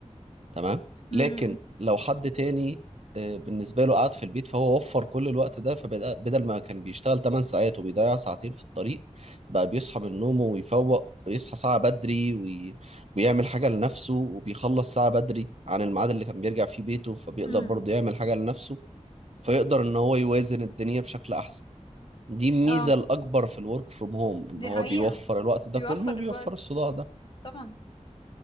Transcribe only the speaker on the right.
تمام
لكن لو حد تاني آه، بالنسبة له قاعد في البيت فهو وفر كل الوقت ده فبدل ما كان بيشتغل 8 ساعات وبيضيع ساعتين في الطريق بقى بيصحى من نومه ويفوق بيصحى ساعة بدري وي... ويعمل حاجة لنفسه وبيخلص ساعة بدري عن الميعاد اللي كان بيرجع فيه بيته فبيقدر
برضه يعمل حاجة لنفسه فيقدر ان هو يوازن الدنيا بشكل احسن دي الميزة
الأكبر في الورك فروم هوم ان
هو
بيوفر الوقت ده
كله وبيوفر
الصداع ده